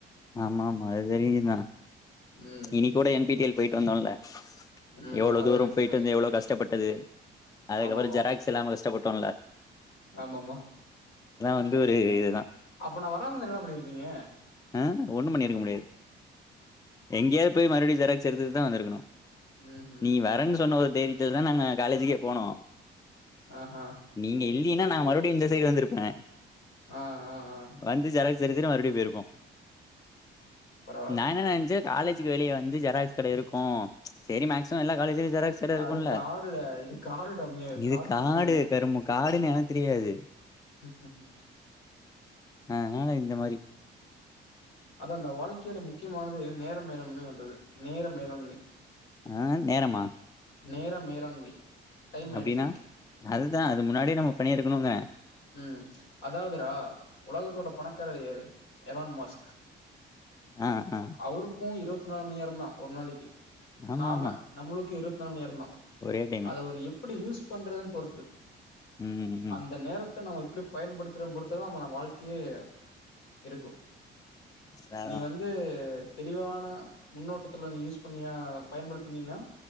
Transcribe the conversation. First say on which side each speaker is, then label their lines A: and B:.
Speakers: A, on the left (about 20°); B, on the left (about 75°).
A: ஆமா ஆமா அது தெரியுதா
B: ம்
A: நீ கூட என் டி டி எல் போய்ட்டு வந்தோல ம்
B: ம்
A: எவ்ளோ
B: அது
A: தூர
B: ஒரு எக்ஸாம்பிள்
A: போயிட்டு
B: வச்சு
A: வந்து எவ்ளோ கஷ்டப்பட்டது அதுக்கப்றோ
B: ஆமாமா
A: ஜெராக்ஸ் இல்லாம கஷ்ட்டபட்டோல
B: ஆமாமா
A: வந்து ஒரு இதுதா
B: அப்ப நா வராமருந்தா என்னடா பண்ணிருப்பிங்க
A: அ ஒண்ணு பண்ணிருக்க முடியாது எங்யாவது போய் மறுவடி ஜெராக்ஸ் எடுத்துட்தா வந்திருக்கணு
B: ம் ம்
A: நீ வரன்னு சொன்ன ஓரு தாயிரி இதுனா நாங்க காலேஜுக்கே போனோ
B: ஆஹா
A: நீங்க இல்லேன்னா நா மறுபடியு இந்த சைடு வந்திருப்பே
B: ஆ ஆ ஆ
A: வந்து செராக்ஸி எடுத்துட்டு மறுபடியு போயிருப்போ
B: பரவால்ல
A: நா என்ன நெனச்சே காலேஜக்கு வெளியே வந்து ஜெராகஸ் கட இருக்கு சேரி மேக்சிமம் எல்லா காலேஜ் ஜெராக்ஸ் இருக்கும்ல
B: அதுக்கு ஆடுடா இது காடுடா மே
A: இது
B: காட்டுக்குள்ள
A: காடு கருமு காடுன்னு எனக்கு தெரியாது
B: ம் ம்
A: அதனால இந்த மாரி
B: அத அந்த வாழ்க்கையில முக்கியமானது நேர மேலண்மைன்றது நேர மேலண்மை
A: ஆ நேரமா
B: நேர மேலாண்மை டைம்
A: அப்டின்னா
B: மேனேஜ்மெண்ட்
A: அதுதா அது முன்னாடியே நம்ம பண்ணி இருக்கணுங்கேறே
B: ம் அதாவதுரா உலகத்தோட பணக்காரர் யரு எலான் மாஸ்க்
A: ஆ ஆ
B: அவருக்கு இருபத்தி நாலு மணி நேர தா ஒரு நாளைக்கு
A: ஆமா
B: நாம
A: ஆமா
B: நம்மளுக்கு இருபத்தி நாலு மணி நேரதா
A: ஒரே டைமு
B: அத அவரு எப்படி யூஸ் பண்றதுன்னு பொறுத்து
A: ம் ம்
B: அந்த நேரத்தே நம்ம எப்படி பயன்படுத்துற பொறுத்து தா நம்ம வாழ்க்கையே இருக்கு
A: அதா
B: நீ
A: அதா
B: வந்து தெளிவான முன்னோட்டத்துல நீ யூஸ் பண்ணினா பயன்படுத்துனீன்னா